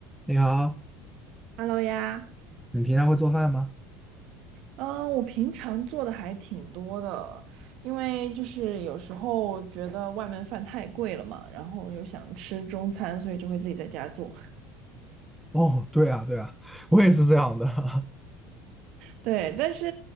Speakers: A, in the centre; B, on the right.
A: 你好，
B: Hello 呀，
A: 你平常会做饭吗？
B: 嗯，我平常做的还挺多的，因为就是有时候觉得外面饭太贵了嘛，然后又想吃中餐，所以就会自己在家做。
A: 哦，对啊，对啊，我也是这样的，<laughs>
B: 对，但是，